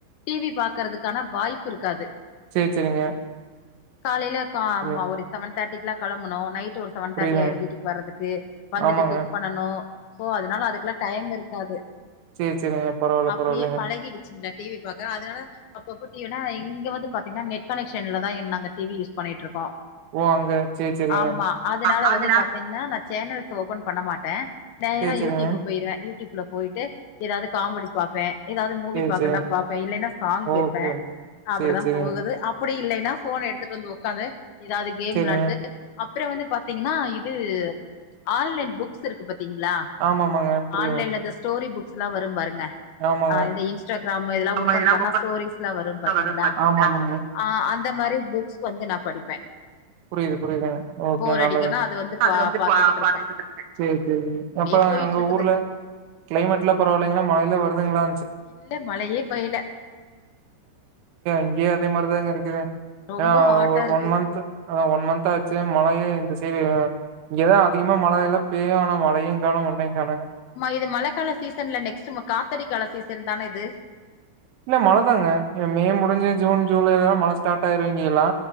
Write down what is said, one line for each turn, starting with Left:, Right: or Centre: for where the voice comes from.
Left: டீவி பாக்குறதுக்கான வாய்ப்பு இருக்காது
Right: சேர் சேரிங்க
Left: காலைல கா
Right: புரி
Left: ம ஒரு செவன் தேட்டிக்கெல்லா களம்பணு நைட்டு ஒரு செவன்
Right: புரியுதுங்க
Left: தேட்டி ஆய்ரு வீட்டுக்கு வர்றதுக்கு வந்துட்டு
Right: ஆமாங்க
Left: குக் பண்ணனு சோ அதுனால அதுக்குல்லா டைம் இருக்காது
Right: சேர் சேரிங்க பரவால்ல
Left: அப்டியே
Right: பரவால்லைங்க
Left: பழகிடுச்சுங்களா டீவி பாக்குற அதுனால அப்பப்போ <unintelligible> இங்க வந்து பாத்தீங்னா நெட் கனெக்ஷன்லதா நாங்க டீவி யூஸ் பண்ணிட்ருக்கோ
Right: ஓ அங்க சேரி சேரிங்க
Left: ஆமா அதுனால
Right: அ அதனால
Left: வந்து பாத்தீங்கன்னா நா சேனல்ஸ் ஓப்பன் பண்ண மாட்ட நேரா
Right: சேரி சேரிங்க
Left: யூட்யூப போய்ருவ யூட்யூப்ல போயிட்டு ஏதாவ்து காமெடி பாப்பே ஏதாவ்து மூவி
Right: சேரி
Left: பாக்கற்னா
Right: சேரிங்க
Left: பாப்ப இல்லன்னா சாங் கேப்ப
Right: ஓகே
Left: அப்டித்தா
Right: சேரி சேரிங்க
Left: போகுது அப் டி இல்லேன்னா ஃபோன எட்த்துட்டு வந்து உக்காந்து ஏதாவ்து கேம்
Right: சேரிங்க
Left: விளாண்ட்டு அப்றொ வந்து பாத் தீங்கன்னா இது ஆன்லைன் புக்ஸ் இருக்கு பாத்தீங்ளா
Right: ஆமா ஆமாங்க புரியுங்க
Left: ஆன்லைன்ல அந்த ஸ்டோரி புக்ஸ்லா வரும் பாருங்க
Right: ஆமாங்க
Left: ஆ இந்த இன்ஸ்ட்டாக்ராமு இதெல்லா
Right: ஆமா
Left: ஓப்பன் பண்ணா
Right: ஒப்பந்தமா
Left: ஸ்டோரிஸ் ல வரும் பாத்தீங்ளா
Right: வரு பாத்தீங்களா
Left: ஆ அந்த மாறி புக்ஸ் வந்து நா படிப்பே
Right: புரியுது புரியுதுங்க ஓகே
Left: போர்
Right: நல்லது
Left: அடிக்குன்னா
Right: அது வந்து
Left: பாத்துக்கிட்டு
Right: பா
Left: இருப்பே
Right: பாத்துட்டு இருக்கே சேரி சேரி
Left: இப்படியே
Right: அப்பறம்
Left: போயிட்டு
Right: உங்க
Left: இருக்குது
Right: ஊர்ல கிளைமெட்லா பரவால்லிங்ளா மழையெல்லா வருதுங்ளா
Left: இல்ல மழையே பெய்ல
Right: இங்கயே அதே மாறிதான்க இருக்குது
Left: ரொம்ப
Right: ஏனா
Left: ஹாட்டா
Right: ஒரு
Left: இருக்கு
Right: ஒன் மந்த்து அதா ஒன் மந்த் ஆச்சு மழையே இந்த சைடு இங்கதா அதிகமா மழையெல்லா பெய்யோ ஆனா மழையு காணோ ஒன்னு காணோ
Left: இது மழக்கால சீசன்ல நெக்ஸ்ட் காத்தாடிக் கால சீசன் தான இது
Right: இல்ல மழ தாங்க இங்க மே முடிஞ்சு ஜூன் ஜூலைல்லா மழ ஸ்டார்ட் ஆயிரு இங்கியெல்லா